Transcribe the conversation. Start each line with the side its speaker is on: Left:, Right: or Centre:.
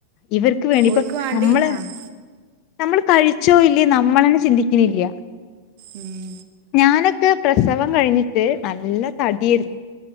Left: ഇവർക്ക് വേണ്ടി ഇപ്പൊ
Right: ഓര്ക്ക് വേണ്ടി
Left: നമ്മള്
Right: ആഹ്
Left: നമ്മള് കഴിച്ചോ ഇല്ലേ നമ്മളന്നെ ചിന്തിക്കണില്ല്യ
Right: ഉം
Left: ഞാനൊക്കെ പ്രസവം കഴിഞ്ഞിട്ട് നല്ല തടിയേരുന്നു